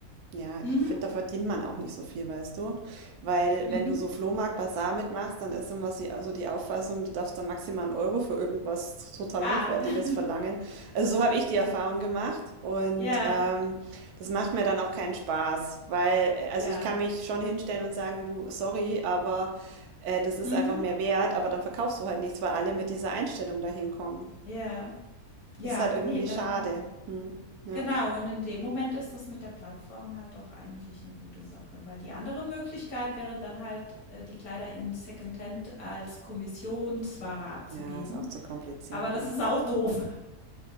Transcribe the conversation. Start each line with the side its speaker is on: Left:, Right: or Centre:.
Right: Ja,
Left: mhm,
Right: ich finde, da verdient man auch nicht so viel, weißt du? Weil
Left: mhm.
Right: wenn du so Flohmarkt, Basar mitmachst, dann ist immer sie- also die Auffassung, du darfst da maximal einen Euro für irgendwas total
Left: Ah,
Right: Hochwertiges verlangen.
Left: <laughs>
Right: Also so habe ich die Erfahrung gemacht und
Left: ja,
Right: ähm, das macht mir dann auch keinen Spaß, weil, äh, also
Left: ja.
Right: ich kann mich schon hinstellen und sagen, du, sorry, aber äh, das ist
Left: Mhm,
Right: einfach mehr wert, aber dann verkaufst du halt nichts, weil alle mit dieser Einstellung dahin kommen.
Left: ja. Ja,
Right: Das ist halt irgendwie
Left: nee dann
Right: schade. Hm, ja.
Left: genau. Und in dem Moment ist das mit der Plattform halt doch eigentlich eine gute Sache, weil die andere Möglichkeit wäre dann halt, äh, die Kleider in Secondhand als Kommissionsware abzugeben.
Right: Ja, ist auch zu kompliziert,
Left: Aber
Right: ja.
Left: das ist auch doof